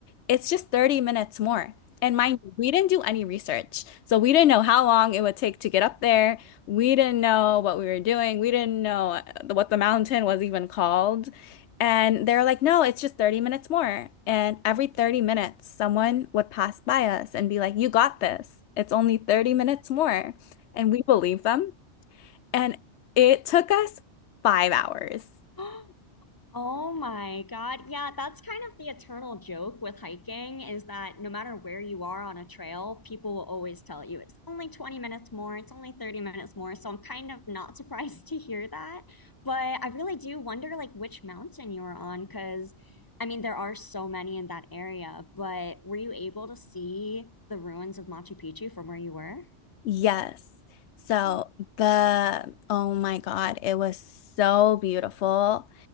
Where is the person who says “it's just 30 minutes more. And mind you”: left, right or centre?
Left